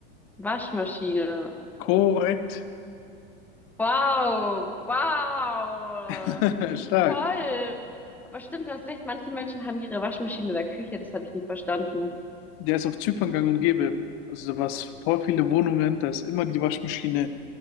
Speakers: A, in the centre; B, on the left.
A: Waschmaschine.
B: Korrekt.
A: Wow, wow,
B: <laughs>
A: wie
B: Stark.
A: toll. Aber stimmt, du hast recht, manche Menschen haben ihre Waschmaschine in der Küche, das habe ich nie verstanden.
B: Der ist auf Zypern gang und gäbe. Also da war's voll viele Wohnungen, da ist immer die Waschmaschine in